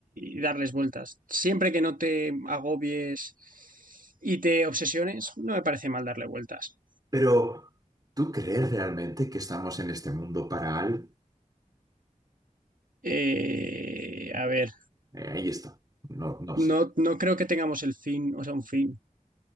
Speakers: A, on the right; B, on the right.
A: y darles vueltas. Siempre que no te agobies y te obsesiones, no me parece mal darle vueltas.
B: Pero, ¿tú crees realmente que estamos en este mundo para algo?
A: Eh, a ver,
B: Eh, ahí está. No, no
A: no,
B: sé.
A: no creo que tengamos el fin, o sea, un fin.